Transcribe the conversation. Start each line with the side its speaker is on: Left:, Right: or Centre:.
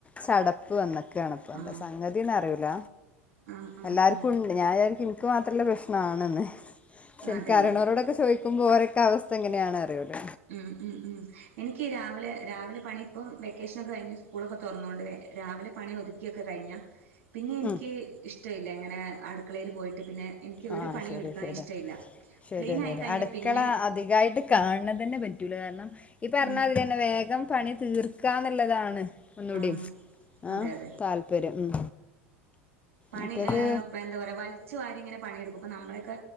Left: ചടപ്പ് വന്നക്കാണ്പ്പോ എന്ത
Right: ആ
Left: സംഗതീന്ന് അറിയൂല
Right: ആ ആ
Left: എല്ലാർക്കും
Right: ആ
Left: ഉണ്ട് ഞാൻ വിചാരിക്കും എനിക്ക് മാത്രള്ള പ്രശ്നാണ് ന്ന് പക്ഷെ ഇനിക്ക്
Right: അതെ
Left: അറിയിണോലോടൊക്കെ ചോയ്ക്കുമ്പോ ഓരെക്കെ അവസ്ഥ ഇങ്ങനെയാണ് പറിയും ഓല്
Right: ഉം ഉം ഉം എനിക്ക് ഈ രാവിലെ രാവിലെ പണി ഇപ്പം വെക്കേഷനൊക്കെ കഴിഞ്ഞ് സ്കൂളൊക്കെ തൊറന്നോണ്ട് രാവിലെ പണി ഒതുക്കിയൊക്കെ കഴിഞ്ഞാ പിന്നെ എനിക്ക്
Left: ഉം
Right: ഇഷ്ട്ടയില്ല ഇങ്ങനെ അടു ക്കളേല് പോയിട്ട് പിന്നെ എനിക്ക് ഒരു
Left: ആഹ്
Right: പണിയും
Left: ശരി
Right: എടുക്ക്ണെ
Left: ശരി
Right: ഇഷ്ട്ടയില്ല
Left: ശരി
Right: ക്ലീനായി
Left: ശരി
Right: കഴിഞ്ഞാ
Left: അടുക്കള
Right: പിന്നെ
Left: അധികായിട്ട് കാണ് ണ തന്നെ പറ്റൂല കാരണം ഈ പറഞ്ഞാ
Right: ഉം
Left: മാതിരന്നെ വേഗം പണി തീർക്കാന്നുള്ളതാണ് ഒന്നൂടിം
Right: ആഹ്
Left: ആഹ്
Right: അതെ അതെ
Left: താൽപര്യം ഉം
Right: പണി
Left: മറ്റത്
Right: എഹേ എന്താ പറയാ വലിച്ചു വാരി ഇങ്ങനെ പണിയെടുക്കും ഇപ്പൊ നമ്മുടെയൊക്കെ